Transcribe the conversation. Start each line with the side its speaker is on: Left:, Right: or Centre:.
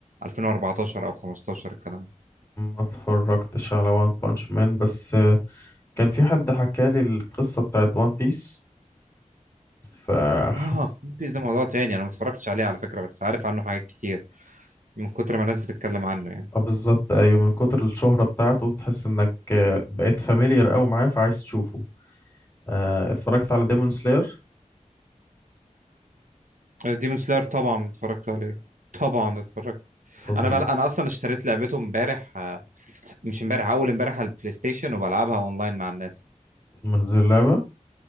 Right: 2014 أو 15 الكلام ده.
Left: اتفرجتش على وان بانش مان بس كان في حد حكالي القصة بتاعت وان بيس فحس
Right: اه كون بيس ده موضوع تاني أنا ما اتفرجتش عليه على فكرة بس عارف عنه حاجات كتير من كتر ما الناس بتتكلم عنه يعني
Left: اه بالظبط أيوة من كتر الشهرة بتاعته تحس إنك آه، بقيت فاميليار أوي معاه فعايز تشوفه اه، اتفرجت على ديمون سلاير
Right: ديمون سلاير طبعا اتفرجت عليه طبعا اتفرجت
Left: فظيع
Right: انا بل... انا اصلا اشتريت لعبته امبارح آه، مش امبارح اول امبارح على البلاي ستيشن وبلعبها اونلاين مع الناس
Left: من زي اللعبة